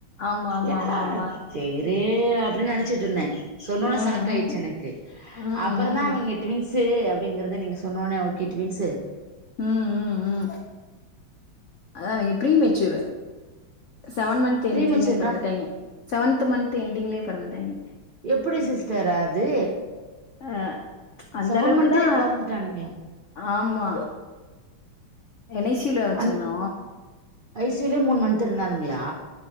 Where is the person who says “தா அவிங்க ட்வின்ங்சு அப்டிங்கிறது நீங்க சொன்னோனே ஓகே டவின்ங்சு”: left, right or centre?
Right